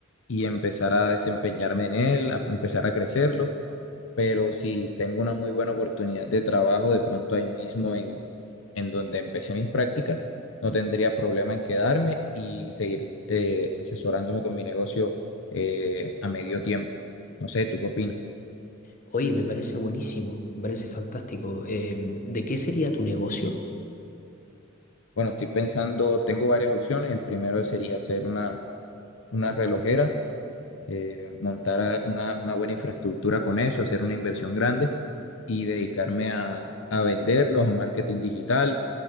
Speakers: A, on the left; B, on the left.
A: y empezar a desempeñarme en él, a empezar a crecerlo pero si tengo una muy buena oportunidad de trabajo de pronto ahí mismo en, en donde empecé mis prácticas, no tendría problema en quedarme y seguir eh, asesorándome con mi negocio eh, a medio tiempo. No sé, ¿tú qué opinas?
B: Oye, me parece buenísimo, me parece fantástico. Eh, ¿de qué sería tu negocio?
A: Bueno, estoy pensando, tengo varias opciones. El primero sería hacer una, una relojera, eh, montar a- una, una buena infraestructura con eso, hacer una inversión grande y dedicarme a, a venderlos, al marketing digital.